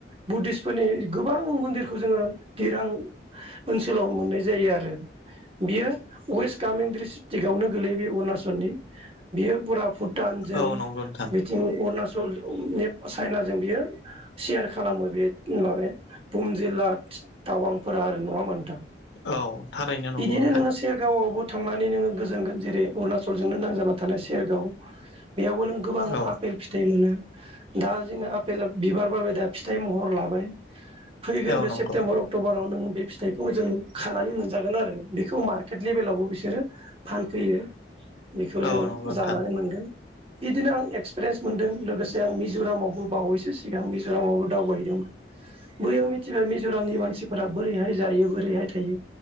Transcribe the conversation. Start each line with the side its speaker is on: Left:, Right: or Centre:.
Right: बुद्धिस्टफोरनि गोबां मन्दिरखौ जोङो तिरां ओनसोलाव मोननाय जायो आरो बियो वेस्ट कामिंग्रि डिस्ट्रिकआवनो गोलैयो बेयो अरुणाचलनि बियो फुट भुटानजों
Left: औ नंगौ नोंथां
Right: बिथिं अुणचल। <unintelligible> चाइनाजों बियो सेयार खालामो। बे माने भम जिल्ला टावांफोरा आरो नङा होनबा नोंथां?
Left: औ थारैनो नंगौ
Right: बिदिनो
Left: नोंथां।
Right: नोङो सेरगावआवबो थांनानै नोङो गोजोन जेरै अरुणाचलजोंनो नांजाबना थानाय सेरगाव। बेयावबो नों गोबां
Left: औ
Right: आफेल फिथाइ मोनो। दा जोङो आफेला बिबार बारबाय दा फिथाइ महर लाबाय। फैगोन
Left: औ
Right: बे
Left: नंगौ
Right: सेपतेम्बर अक्ट'बरत नों बे फिथाइखौ जों खानानै मोनजागोन आरो बेखौ मार्केट लेभेलावबो बिसोरो फानफैयो। बेखौ जोङो
Left: औ नंगौ नोंथां
Right: जानानै मोनगोन। बिदिनो आं एक्सपिरियेन्स मोनदों लोगोसे आं मिज'रामावबो बावैसो सिगां मिज'रामावबो दावबाय हैदोंमोन। बैयाव मिथिबाय मिज'रामनि मानसिफोरा बोरैहाय जायो बोरैहाय थायो